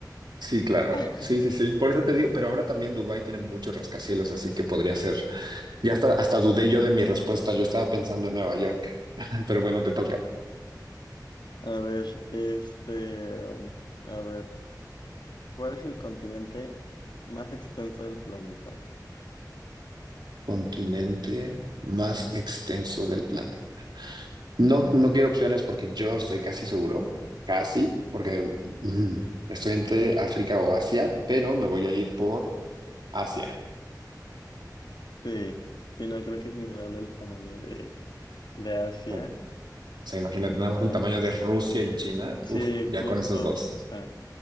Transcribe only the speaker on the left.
<laughs>
A ver, este, um, a ver, ¿cuál es el continente más extenso del planeta?
Sí, sí, no, creo que sin dudarlo el tamaño de, de Asia.
Entonces,
sí,
justo,
o sea,